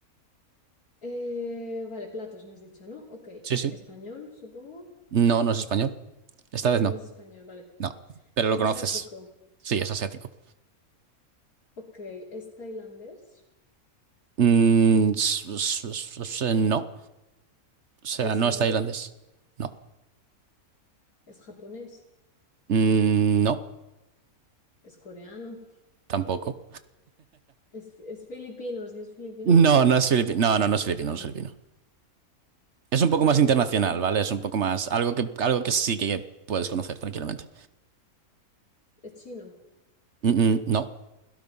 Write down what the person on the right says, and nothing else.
Sí, sí.
No, no es español. Esta vez
no.
No, pero
lo conoces.
Sí, es asiático.
Mm, s- s- s- s- no. O sea,
no
es tailandés. No.
Mm, no,
tampoco.
No,
no es
filipino. No, no, no es
filipino, no es filipino. Es un poco
más internacional,
¿vale? Es un poco más... Algo que, algo que sí que puedes conocer tranquilamente.
Mm, mm, no.